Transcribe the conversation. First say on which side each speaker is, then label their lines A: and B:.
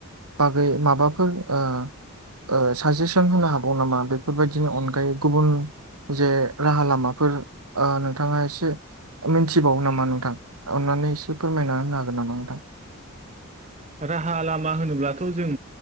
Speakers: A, on the right (about 85°); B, on the right (about 30°).
A: बागै माबाफोर ओ ओ साजेसन होनो होनो हाबावो नामा बेफोरबायदि बिदिनो अनगायै गुबुन जे राहा लामाफोर ओ नोंथाङा एसे मिथिबावो नामा नोंथां अननानै एसे फोरमायना होनो हागोन नामा नोंथां?
B: राहा लामा होनोब्लाथ' जों